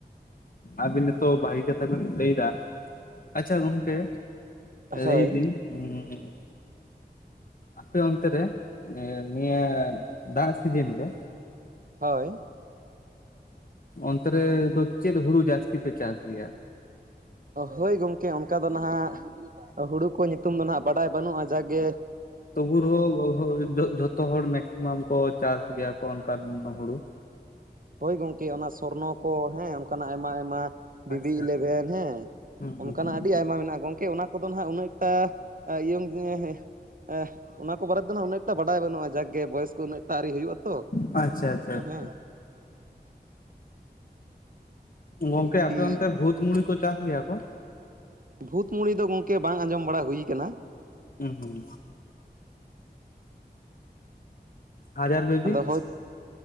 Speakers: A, on the left (about 55°); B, on the right (about 55°).
A: ᱟᱵᱤᱱ ᱱᱤᱛᱚᱜ ᱵᱷᱟᱹᱜᱮ ᱠᱟᱛᱷᱟ ᱵᱤᱱ ᱞᱟᱹᱭᱫᱟ᱾ ᱟᱪᱪᱷᱟ ᱜᱚᱝᱠᱮ
B: ᱦᱳᱭ
A: ᱞᱟᱹᱭ ᱫᱤᱧ ᱩᱸᱻ ᱟᱯᱮ ᱚᱱᱛᱮ ᱨᱮ ᱱᱤᱭᱟᱹ ᱫᱟᱜ ᱥᱤᱡᱤᱱ ᱨᱮ
B: ᱦᱳᱭ᱾
A: ᱚᱱᱛᱮ ᱨᱮ ᱫᱚ ᱪᱮᱫ ᱦᱩᱲᱩ ᱡᱟᱹᱥᱛᱤ ᱯᱮ ᱪᱟᱥ ᱜᱮᱭᱟ?
B: ᱦᱳᱭ ᱜᱚᱝᱠᱮ ᱚᱱᱠᱟ ᱫᱚ ᱱᱟᱦᱟᱜ ᱦᱩᱲᱩ ᱠᱚ ᱧᱩᱛᱩᱢ ᱫᱚ ᱱᱟᱦᱟᱸᱜ ᱵᱟᱰᱟᱭ ᱵᱟᱹᱱᱩᱜᱼᱟ᱾ ᱡᱟᱜ ᱜᱮ
A: ᱛᱚᱵᱩ ᱨᱮ ᱦᱚᱸ ᱡᱷᱚ-ᱡᱷᱚᱛᱚ ᱦᱚᱲ ᱢᱮᱠᱥᱤ‌ᱢᱟᱢ ᱠᱚ ᱪᱟᱥ ᱜᱮᱭᱟ ᱠᱚ ᱚᱱᱠᱟᱱ ᱦᱩᱲᱩ᱾
B: ᱦᱳᱭ ᱜᱚᱝᱠᱮ ᱚᱱᱟ ᱥᱚᱨᱱᱚ ᱠᱚ ᱦᱮᱸ ᱚᱱᱠᱟᱱᱟᱜ ᱟᱭᱢᱟ ᱟᱭᱢᱟ ᱵᱤᱵᱤ
A: ᱟᱪᱪᱷᱟ
B: ᱤᱞᱮᱵᱷᱮᱱ ᱦᱮᱸ
A: ᱦᱩᱸ
B: ᱚᱱᱠᱟᱱᱟᱜ
A: ᱦᱩᱸ
B: ᱟᱹᱰᱤ ᱟᱭᱢᱟ ᱢᱮᱱᱟᱜᱼᱟ ᱜᱚᱝᱠᱮ ᱚᱱᱟ ᱠᱚᱫᱚ ᱦᱟᱸᱜ ᱩᱱᱟᱹᱜ ᱮᱠᱴᱟ <unintelligible> ᱚᱱᱟ ᱠᱚ ᱵᱟᱨᱮ ᱛᱮ ᱦᱟᱸᱜ ᱩᱱᱟᱹᱜ ᱮᱠᱴᱟ ᱵᱟᱰᱟᱭ ᱵᱟᱹᱱᱩᱜᱼᱟ ᱡᱟᱜᱮ ᱵᱚᱭᱮᱥ ᱠᱚ ᱩᱱᱟᱹᱜ ᱟᱹᱣᱨᱤ ᱦᱩᱭᱩᱜᱼᱟ ᱛᱚ ᱾
A: ᱟᱪᱪᱷᱟ ᱟᱪᱪᱷᱟᱷᱟ
B: ᱦᱚᱸᱻ
A: ᱾ ᱜᱚᱝᱠᱮ
B: ᱱᱤᱦᱟᱹᱛᱤ
A: ᱟᱯᱮ ᱚᱱᱛᱮ ᱵᱷᱩᱛ ᱢᱩᱲᱤ ᱠᱚ ᱪᱟᱥ ᱜᱮᱭᱟ ᱠᱚ ᱾
B: ᱵᱷᱩᱛ ᱢᱩᱲᱤ ᱫᱚ ᱜᱚᱝᱠᱮ ᱵᱟᱝ ᱟᱸᱡᱚᱢ ᱵᱟᱲᱟ ᱦᱩᱭ ᱟᱠᱟᱱᱟ ᱾
A: ᱩᱦᱩᱸᱻ ᱦᱟᱡᱟᱨ ᱵᱮᱵᱤ
B: ᱟᱫᱚ ᱦᱳᱭ